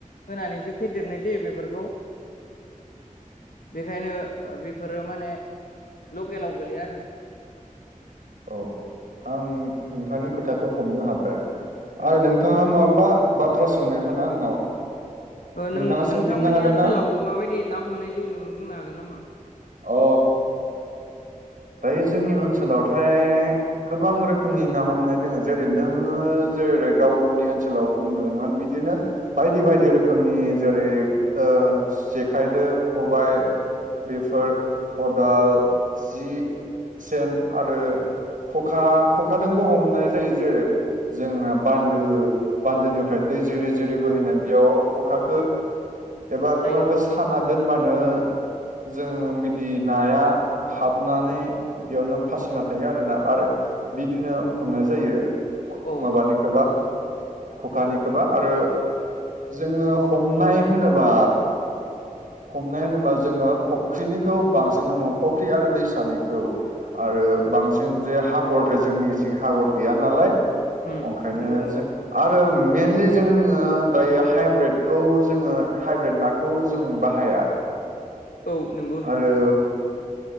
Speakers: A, on the left; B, on the right.
A: होनानैसो फेदेरनाय जायो बेफोरखौ बेखायनो ओ बेफोरो माने लकेलाव गोलैया आरो
B: औ आं नोंथांनि खोथाखौ हमनो हाबाय आरो
A: औ
B: नोंथाङा माबा बाथ्रा सोंनायमोन आंनाव
A: ओ
B: नोंथाङा
A: नों नोंथांमोननि
B: सोंफिननो हागोन
A: ओनसोलावबो
B: ना
A: माबायदि ना हमनाय जायो नोङो बुंनो हागोन नामा
B: अ दायो जोंनि ओनसोलावथाय गोबां रोखोमनि ना हमनाय दङो जेरै नोङो जेरै गावनि ओनसोलाव बुंदोंमोन बिदिनो बायदि-बायदि रोखोमनि जेरै ओ जेखाइदों खबायाइ बेफोर खदाल जि सेन आरो खखा खखादोबो हमनाय जायो जेरै जोंना बान्दो बान्दोनिफ्राय दै जिरि-जिरि बोहैनाय बेयाव खखाखो एबा
A: सायो
B: खखाखो साना दोनबानो जों बिदि नाया हाबनानै बेयावनो फासिना थायो आरोना आरो बिदिनो हमनाय जायो। खु
A: अ
B: माबानिखोबा खखानिखोबा आरो जोङो हमनाय होनोबा हमनाय होनोबा जोङो फुख्रिनिखौ बांसिन हमो फुख्रि आरो दैसानि खौ आरो बांसिन जे हागरथाय जोंनि सिं हागर गैया नालाय
A: उम
B: ओंखायनो
A: नंगौ नंगौ
B: जों आरो ओं मेनलि जोङो दायो हाइब्रिदखौ जोङो हाइब्रिद नाखौ जों बाहाया
A: औ नंगौ नंगौ
B: आरो